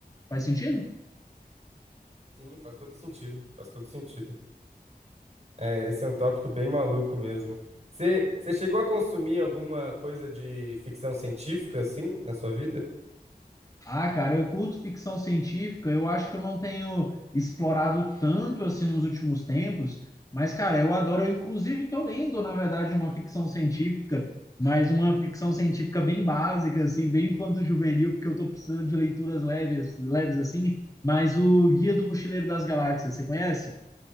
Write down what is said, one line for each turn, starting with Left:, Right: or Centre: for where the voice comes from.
Left: Faz sentido?
Right: Sim, faz todo sentido. Faz todo sentido. É, esse é um tópico bem maluco mesmo. Você você chegou a consumir alguma coisa de ficção científica, assim, na sua vida?
Left: Ah, cara, eu curto ficção científica, eu acho que eu não tenho explorado tanto assim nos últimos tempos, mas, cara, eu adoro, eu inclusive estou lendo, na verdade, uma ficção científica, mas uma ficção científica bem básica, assim, bem infanto-juvenil, porque eu estou precisando de leituras leves, leves assim, mas o Guia do Mochileiro das Galáxias, você conhece?